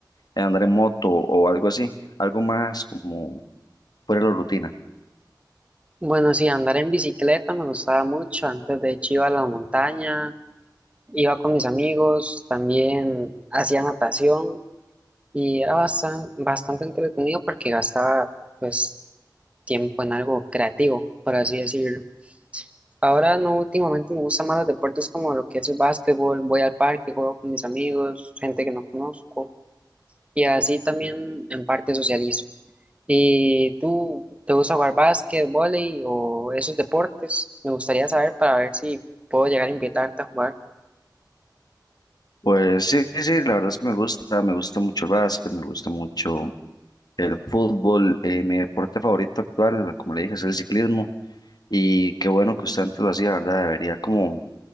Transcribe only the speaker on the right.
Bueno, sí, andar en bicicleta me gustaba mucho. Antes de hecho iba a la montaña, iba con mis amigos, también hacía natación y era bastante, bastante entretenido porque gastaba pues tiempo en algo creativo, por así decirlo. Ahora no, últimamente me gustan más los deportes como lo que es el básquetbol, voy al parque, juego con mis amigos, gente que no conozco y así también en parte socializo. ¿Y tú te gusta jugar básquet, vóley o esos deportes? Me gustaría saber para ver si puedo llegar a invitarte a jugar.